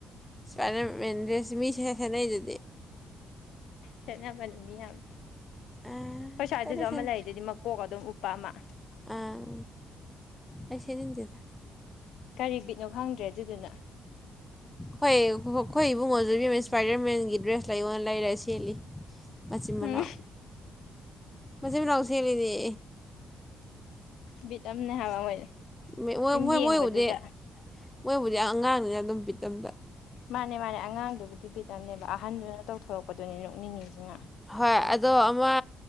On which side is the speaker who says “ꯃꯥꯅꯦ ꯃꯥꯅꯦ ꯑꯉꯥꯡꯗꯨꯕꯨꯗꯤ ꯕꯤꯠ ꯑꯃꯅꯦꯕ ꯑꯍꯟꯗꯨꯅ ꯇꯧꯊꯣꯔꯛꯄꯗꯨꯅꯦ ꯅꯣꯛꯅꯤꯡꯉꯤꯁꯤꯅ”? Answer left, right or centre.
Left